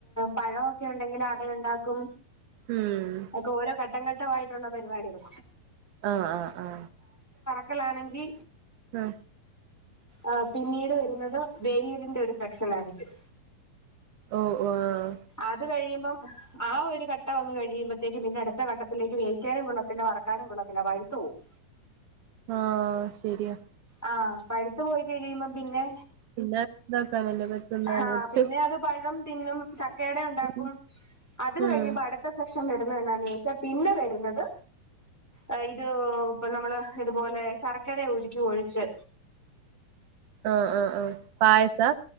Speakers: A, in the centre; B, on the right (about 85°).
A: പഴമൊക്കെണ്ടെങ്കിൽ അട ഉണ്ടാക്കും
B: ഉം
A: അതൊക്കെ ഓരോ ഘട്ടം ഘട്ടമായി <unintelligible> യിട്ടുള്ള പരിപാടികൾ
B: ആ ആ ആ
A: ക്കലാണെങ്കി
B: ആ
A: ആ പിന്നീട് വരുന്നത് വെയിറിന്റെ ഒരു സെക്ഷൻ ആയിരിക്കും
B: ഓ ഓ ആഹ്
A: അത് കഴിയും. മ്പം ആ ഒരു ഘട്ടവങ്ങ് കഴിയുമ്പഴത്തേക്കും പിന്നെ അടുത്ത ഘട്ടത്തിലേക്ക് വേവിക്കാനും കൊള്ളത്തില്ല വറക്കാനും കൊള്ളത്തില്ല പഴുത്തു പോവും
B: ആഹ് ശരിയാ
A: ആഹ് പഴുത്തു പോയി കിഴിയുമ്പം പിന്നെ
B: പിന്നെ ഇതാക്കാനല്ലേ പറ്റുന്നാന്ന്
A: ഹാ
B: വെച്ച്
A: പിന്നെയത് പഴം തിന്നും ചക് ക്കയട ഒണ്ടാക്കും
B: ഉം
A: അതും
B: ഉം.
A: കഴിയുമ്പ അടുത്ത സെക്ഷ് ക്ഷൻ വരുന്നത് എന്നാന്ന് ചോയ്ച്ചാ പിന്നെ വരുന്നത് അ ഇത് ഇപ്പം നമ്മള് ഇതുപോലെ ശർക്കര ഉരുക്കി ഒഴിച്ച്
B: ആഹ് ആഹ് ആഹ് പായസാ?